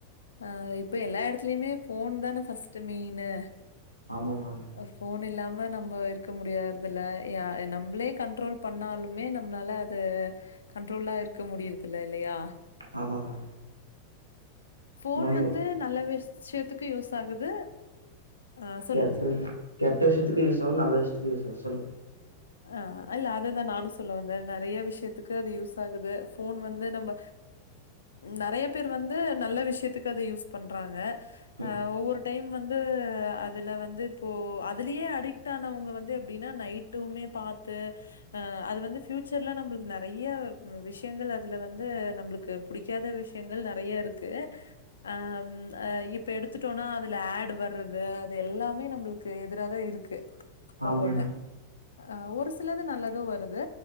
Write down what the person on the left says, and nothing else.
அ இப்ப எல்லா எடத்துலயுமே ஃபோன் தான ஃபர்ஸ்ட் மெயினு
ஃபோன் இல்லாம நம்ப இருக்க முடியாறதுல்ல யா நம்பளே கண்ட்ரோல் பண்ணாலுமே நம்மளால து கண்ட்ரோல்ட்டா இருக்க முடியறதுல்ல இல்லையா
ஃபோன்
வந்து நல்ல விஷயத்துக்கு யூஸ் ஆகுது ஆ சொல்லுங்க
சொல்லுங்க
அ இல்ல அததா நானு சொல்ல வந்த நறைய விஷயத்துக்கு அது யூஸ் ஆகுது ஃபோன் வந்து நம்ப நறைய பேர் வந்து நல்ல விஷயத்துக்கு அத யூஸ் பண்றாங்க
அ ஒவ்வொரு டைம் வந்து அதுல வந்து இப்போ அதுலயே அடிக்ட் ஆனவங்க வந்து எப்டின்னா நைட் டுமே பாத்து அ அது வந்து ப்பியூச்சர்ல நம்பளுக்கு நறைய விஷயங்கள் அதுல வந்து நம்பளுக்கு க்கு புடிக்காத விஷயங்கள் நறைய இருக்கு அ ம் அ இப்ப எடுத்துட்டோனா அதுல ஆட் வர்றது அது எல்லாமே நம்பள்க்கு எதிரா தா இருக்கு
ஒவ்வொன்னு.
அ ஒரு சிலது நல்லது வருது